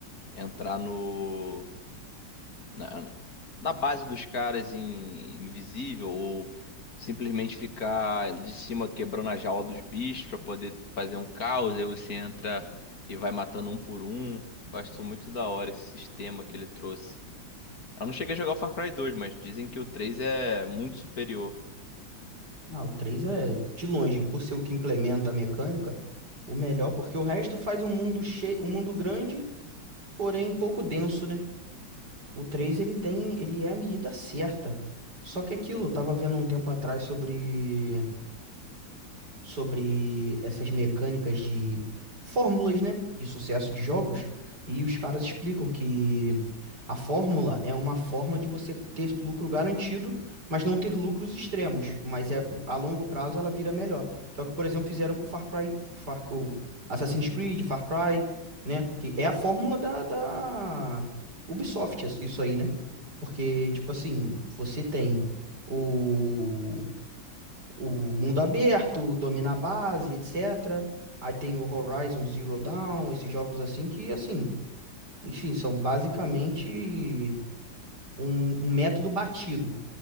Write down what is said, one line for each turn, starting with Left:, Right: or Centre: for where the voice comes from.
Left: entrar no na, na base dos caras em invisível ou simplesmente ficar de cima quebrando a jaula dos bichos pra poder fazer um caos, aí você entra e vai matando um por um. Gosto muito da hora esse sistema que ele trouxe. Eu não cheguei a jogar o Far Cry dois mas dizem que o 3 é muito superior.
Right: Ah, o 3 é de longe, por ser o que implementa a mecânica, o melhor, porque o resto faz um mundo cheio, um mundo grande, porém pouco denso, né? O 3 ele tem, ele é a medida certa. Só que é aquilo, eu tava vendo um tempo atrás sobre sobre essas mecânicas de fórmulas, né, de sucesso de jogos, e os caras explicam que a fórmula é uma forma de você ter lucro garantido, mas não ter lucros extremos, mas é a longo prazo ela vira melhor. Que é o que, por exemplo, fizeram com Far Cry, Far, o Assassin's Creed, Far Cry, né, que é a fórmula da, da Ubisoft, isso isso aí, né? Porque, tipo assim, você tem o o mundo aberto, o domina a base, etc. Aí tem o Horizon Zero Dawn, esses jogos assim que, assim, enfim, são basicamente um, um método batido.